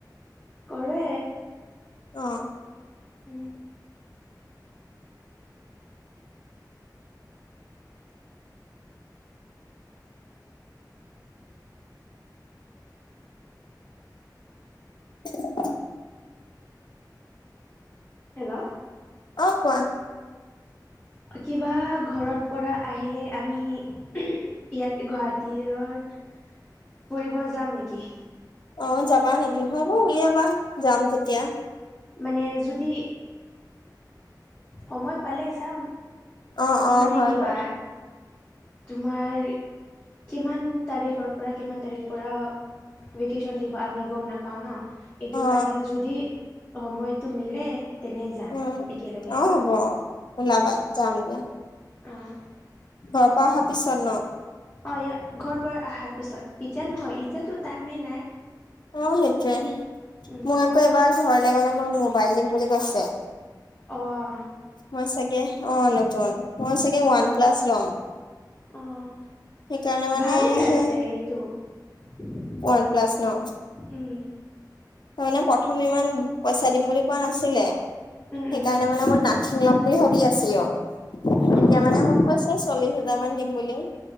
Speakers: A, on the left (about 15°); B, on the left (about 75°).
A: কৰে।
B: অঁ।
A: উম।
B: <unintelligible>
A: হেল্ল।
B: অ কোৱা।
A: কিবা ঘৰত পৰা আহিলে আমি ইয়াত গুৱাহাটীৰত ফুৰিব যাম নেকি?
B: অ যাবা নেকি? হব উলিয়াবা যাম তেতিয়া।
A: মানে যদি সময় পালে যাম,
B: অ অ
A: মানে
B: হয়
A: কিবা
B: বাৰু
A: তোমাৰ কিমান তাৰিখৰ পৰা কিমান তাৰিখ পৰা ভেকেশ্যন দিব আমি গম নাপাওঁ ন। এইটো
B: অ
A: কাৰণে যদি সময়টো মিলে তেনে যাম
B: উম
A: একেলগে
B: অঁ হ'ব। ওলাবা যাম দিয়া,
A: অ',
B: ঘৰ পা অহাৰ পিছত ন?
A: অ ইয়া ঘৰ পৰা অহাৰ পিছত, এতিয়া নহয় এতিয়াতো টাইমেই নাই।
B: অ সেইটোৱে
A: উম,
B: মোক আকৌ এবাৰ ঘৰলে গলে মোক মোবাইল দিম বুলি কৈছে।
A: অহ।
B: মই চাগে অ' নেটৱৰ্ক মই চাগে
A: অ',
B: ওৱান প্লাছ লম।
A: অ',
B: সেইকাৰণে মানে
A: ভালে
B: সেই
A: আছে এইটো <inaudible>
B: ওৱান প্লাছ ন?
A: উম,
B: তাৰ মানে প্ৰথম ইমান পইচা দিম বুলি কোৱা নাছিলে। সেইকাৰণে
A: উম, উম,
B: মানে মই নাথিম লম বুলি ভাবি আছিলোঁ। এতিয়া
A: অ',
B: মানে মোক কৈছে এই চল্লিছ হাজাৰ মান দিম বুলি